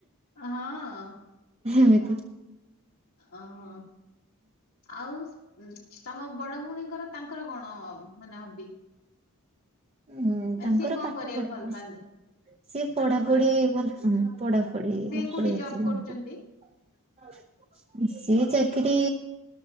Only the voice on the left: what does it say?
ଆ ହଁ।
ଓହୋ ଆଉ। ତମ ବଡ ଭଉଣୀଙ୍କର ତାଙ୍କର କଣ ମାନେ ହବି?
ମାନେ
ସିଏ କଣ
କରିବାକୁ
ଭଲ
ପାଆନ୍ତି
ପାଠ ପଢା
ସେ
କୋଉଠି ଜବ୍ କରୁଛନ୍ତି?